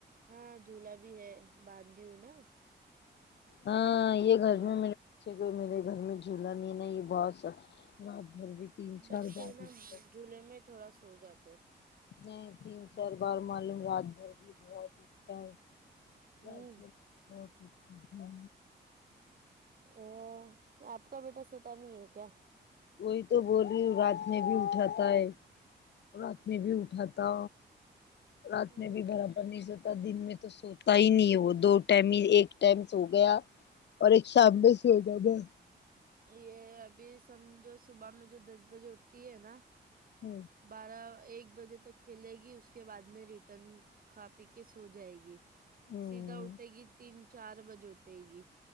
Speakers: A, on the right; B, on the left.
A: ہاں جھولا بھی ہے باندی ہوں نا
B: ہاں یہ گھر
A: ہاں
B: میں مل کوئی میرے گھر میں جھولا بھی نہیں ہے نا یہ گھر بھی تین چار
A: بچے
B: بار اٹھتا
A: نا
B: ہے،
A: جھولے میں تھوڑا سو جاتے
B: اٹھتے ہے تین چار بار معلوم رات بھر بھی بہت اٹتا ہے
A: ہوں
B: رات بھر بھی بہت اٹھٹی ہو
A: ا آپ کا بیٹا سوتا نہیں ہے کیا
B: وہی تو بول رہی ہ رات میں بھی اٹھاتا ہے رات میں بھی اٹھاتا رات
A: ہوں
B: میں بھی برابر نہیں سوتا دن میں تو سوتا ہی نہیں ہے وہ دو ٹائم ہی ایک ٹائم سو گیا اور ایک شام میں سوئے گا بس
A: یہ ابھی سمجھو صبح میں جو دس بجے اٹھتی ہے نا
B: ہوں
A: یہ بارہ ایک بجے تک کھیلے گی اس کے بعد میں ریٹرن کھا پی کے سو جائے گی
B: ہوں
A: سیدھا اٹھے گی تین چار بجے اٹھے گی